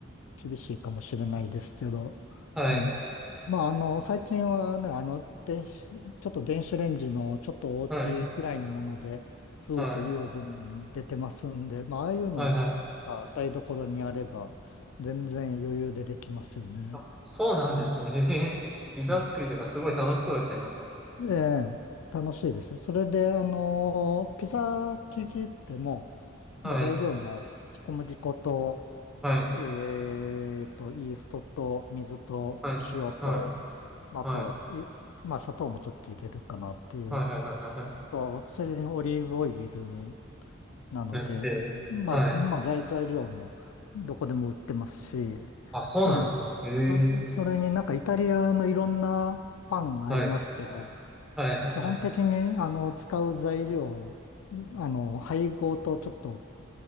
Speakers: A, on the left; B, in the centre.
A: 厳しいかもしれないですけど、
B: はい、
A: うん。まあ、あの、最近はね、あの、電子、ちょっと電子レンジのちょっと大きいくらいのものですごくいいオーブン出てますんで、
B: はい、はい、
A: まあ、ああいうのが台所にあれば全然余裕でできますよね。
B: はい、はい。あ、そうなんですね。へへピザ作りとかすごい楽しそうですね、
A: うん
B: なんか。
A: ええ、楽しいですよ。それで、あの、ピザ生地っても
B: はい、
A: う、もう材料も小麦粉と
B: はい、
A: えーと、イーストと水と塩と、
B: はい、はい、
A: まああと、
B: はい、
A: いまあ、砂糖もちょっと入れるかなっていう。
B: はい、はい、はい、はい。
A: と、それにオリーブオイルなので、
B: だって、
A: まあ、
B: はい。
A: まあ、材、材料もどこでも売ってますし、え
B: あ、そうなんですね。
A: え
B: ええ
A: それになんかイタリアのいろんなパンがありますけど、
B: はい、はい、はい、
A: 基本的にあの使う材料、
B: はい。
A: あの配合とちょっと